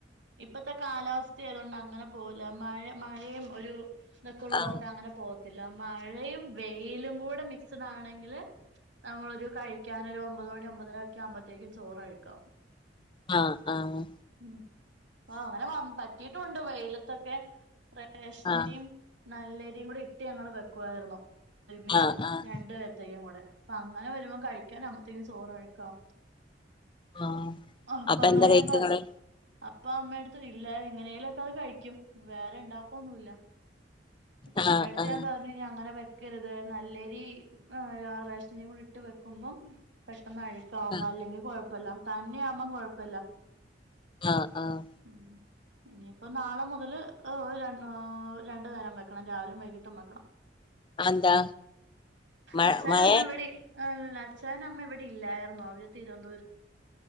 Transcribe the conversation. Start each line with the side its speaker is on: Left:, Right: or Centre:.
Right: ഇപ്പഴത്തെ കാലാവസ്ഥയായതുകൊണ്ട് അങ്ങനെ പോകില്ല. മഴ മഴയും ഒരു ഇതൊക്കെ ഉള്ളതുകൊണ്ട്
Left: ആഹ്
Right: അങ്ങനെ പോകത്തില്ല. മഴയും വെയിലും കൂടെ മിക്സഡ് ആണെങ്കില് നമ്മളൊരു കഴിക്കാൻ ഒരു ഒമ്പത് മണി ഒമ്പതരയൊക്കെ ആവുമ്പോഴ്ത്തേക്കും ചോറ് അഴ്ക്കാകും
Left: ആഹ് ആഹ്
Right: ഉം അ അങ്ങനെ വാങ്ങും പറ്റ് <unintelligible> വെയിലത്തൊക്കെ റേഷനരിയും
Left: ആഹ്
Right: നല്ലരിയും കൂടി ഇട്ട് ഞങ്ങൾ വെക്കുവായിരുന്നു ഒരുമിച്ച്
Left: ആഹ് ആഹ്
Right: രണ്ടുപേർ വൈകും കൂടെ അപ്പ അങ്ങനെ വരുമ്പോ കഴിക്കാനാകുമ്പോഴത്തേക്കും ചോറ് അഴുക്കാകും.
Left: ആഹ്
Right: അപ്പൊ അങ്ങനെയാകുമ്പം
Left: എന്താ കഴിച്ചങ്ങള്
Right: അപ്പൊ അമ്മയടുത്ത് ഇല്ല എങ്ങനേലു ഒക്കെ അത് കഴിക്കും വേറെ ഇണ്ടാക്കൊന്നുല്ല മറ്റേ
Left: ആഹ്
Right: അമ്മയുടെയടുത്ത്
Left: ആഹ്
Right: ഞാൻ പറ അങ്ങനെ വെക്കരുത് നല്ലരി റേഷനരിയും കൂടി ഇട്ട് വെക്കുമ്പം പെട്ടെന്ന് അഴുക്കാവും
Left: ആഹ്
Right: അല്ലെങ്കിൽ കുഴപ്പല്ല തന്നെയാവുമ്പം കുഴപ്പല്ല
Left: ആഹ് ആഹ്
Right: ഉം ഇനിയിപ്പം നാളെ മുതൽ ര് രണ്ടു നേരം വെക്കണം രാവിലും വൈകിട്ടും വെക്കണം
Left: അതെന്താ? മഴ
Right: അച്ഛാനും
Left: മഴ
Right: അമ്മയും ഇവിടെ അല്ല അച്ഛാനും അമ്മയും ഇവിടെ ഇല്ലായിരുന്നു അവര് തിരുവനന്തപുരത്ത്